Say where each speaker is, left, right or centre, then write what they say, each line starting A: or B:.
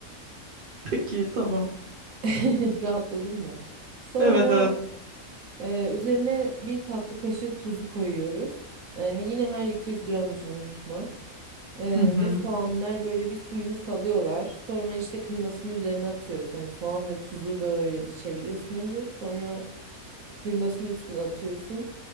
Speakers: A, on the right; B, on the right.
A: <laughs> Peki tamam.
B: <laughs> Rahatladın mı? Sonra
A: Evet evet.
B: e, üzerine bir tatlı kaşığı tuzu koyuyoruz. E, yine her 200 gram için unutma. E,
A: Hı hı.
B: ve soğanlar böyle bir suyunu salıyorlar. Sonra işte kıymasını üzerine atıyoruz. Hani soğan ve tuzu böyle bir çeviriyorsun önce. Sonra kıymasını üstüne atıyorsun.